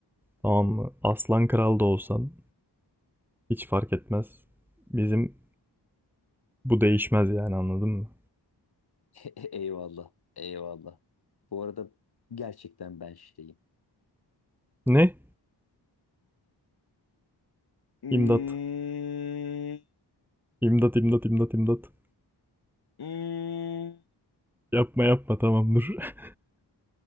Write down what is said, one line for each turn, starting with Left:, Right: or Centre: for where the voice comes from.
Centre: tamam mı? Aslan Kral da olsan Hiç fark etmez. Bizim bu değişmez yani anladın mı?
Left: <laughs> Eyvallah. Eyvallah. Bu arada gerçekten ben şeyim.
Centre: Ne?
Left: Hmm,
Centre: İmdat. İmdat, imdat, imdat, imdat.
Left: hmm.
Centre: Yapma yapma tamam dur. <laughs>